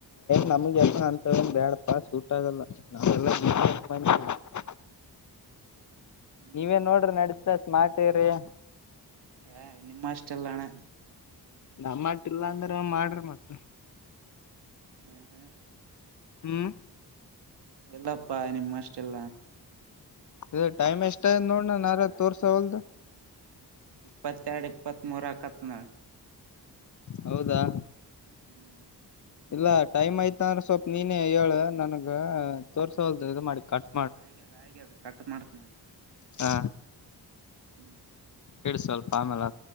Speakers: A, on the left; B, on the right.
A: ನಮಗೆ ಎಲ್ಲ ಅಂತೇಳ್ ಬ್ಯಾಡಪ್ಪ ಸೂಟ್ ಆಗಲ್ಲ ನಾವೆಲ್ಲ <unintelligible> <unintelligible>
B: ಹ್ಮ್
A: ನೀವೇನ್ ನೋಡ್ರಿ ನಡೀತದ ಸ್ಮಾರ್ಟ್ ಏರಿಯಾ.
B: ಹ ನಿಮ್ಮಷ್ಟಿಲ್ಲಣ
A: ನಮ್ಮಟ್ಟ ಇಲ್ಲಾ ಅಂದ್ರ ಮಾಡ್ರಿ ಮತ್ತ
B: ಹ್ಮ ಹಾ
A: ಹ್ಮ್
B: ಎಲ್ಲಪ್ಪಾ ನಿಮ್ಮಷ್ಟ ಇಲ್ಲ
A: ಇದ ಟೈಮ್ ಎಷ್ಟ ಅತ್ ನೋಡಣ ನ ಯಾರ ತೋರ್ಸವಲ್ದ
B: ಇಪ್ಪತ್ತೆರಡು ಇಪ್ಪತ್ಮ ಮೂರು ಅಕತ್ನಾಳು
A: ಹೌದಾ
B: ಹ್ಮ್
A: ಇಲ್ಲ ಟೈಮ್ ಆಯ್ತ ಅಂದ್ರೆ ಸ್ವಲ್ಪ ನೀನೇ ಹೇಳ ನನಗ ತೋರ್ಸೋಲ್ದ ಇದು ಮಾಡಿ ಕಟ್
B: ಹಾಗ್ಯ ಅದ ಹಾಗ್ಯ ಅದ್ ಕಟ್ ಮಾಡ್ತನ
A: ಹಾ
B: ಹ್ಮ್
A: ಹೇಳಳ್ವಲ್ಪ ಆಮೇಲೆ